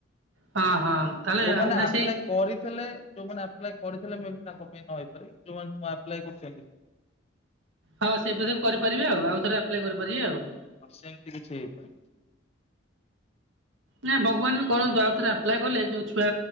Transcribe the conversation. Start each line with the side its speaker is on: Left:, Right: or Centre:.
Right: ହଁ ହଁ ତାହେଲେ
Left: ଯୋଉମାନେ
Right: ନା
Left: ଆପ୍ଲାଏ
Right: ସେଇ
Left: କରି ଥିଲେ ଯୋଉମାନେ ଆପ୍ଲାଏ କରିଥିଲେ ମେବି ତାଙ୍କ ପାଇଁ ନ ହେଇପାରି ଜଉମାନେ ନୂଆ ଆପ୍ଲାଏ କରୁଛନ୍ତି
Right: ହଁ ସେବେ ସବୁ କରିପାରିବେ ଆଉ। ଆଉ ଥରେ ଆପ୍ଲାଏ କରିପାରିବେ ଆଉ।
Left: ହଁ ସେମିତି କିଛି ହେଇପାରେ।
Right: ନା ଭଗବାନ ବି କରନ୍ତୁ ଆଉଥରେ ଆପ୍ଲାଏ କଲେ ଯୋଉ ଛୁଆ